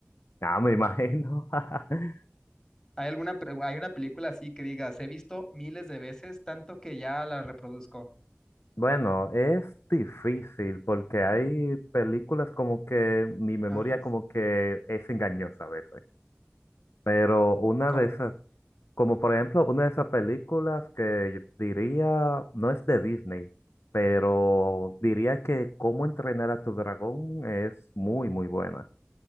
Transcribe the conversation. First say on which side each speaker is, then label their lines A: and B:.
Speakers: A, on the left; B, on the left.
A: ah, me imagino. <laughs>
B: ¿Hay alguna, pe- hay una película así que digas, he visto miles de veces, tanto que ya la reproduzco?
A: Bueno, es difícil porque hay películas como que mi memoria
B: Ajá.
A: como que es engañosa a veces. Pero una
B: ¿Cómo?
A: de esas Como por ejemplo, una de esas películas que yo diría, no es de Disney, pero diría que Cómo entrenar a tu dragón es muy, muy buena.